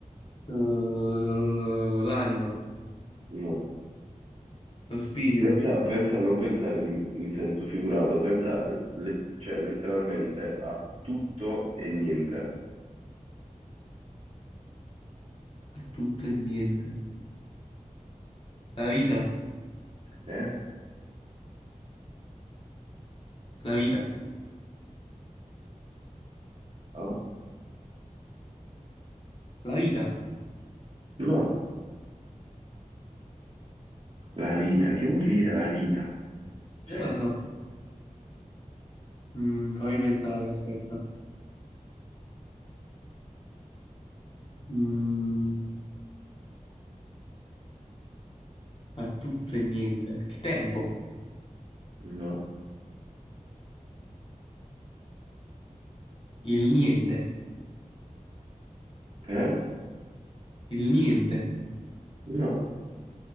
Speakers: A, on the left (about 40°); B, on the right (about 45°).
A: Uh, l'anima,
B: no.
A: lo spirito,
B: Pensa, pensa- non pensare in, in senso figurato, pensa le- cioè, letteralmente a tutto e niente.
A: è tutto e niente. La vita,
B: Eh?
A: la vita,
B: No?
A: la vita.
B: No, la vita, che vuol dire la vita? Cioè,
A: Non lo so. Mm, fammi pensare, aspetta. Mm, fa tutto e niente. Il tempo,
B: no,
A: il niente,
B: eh?
A: il niente.
B: No,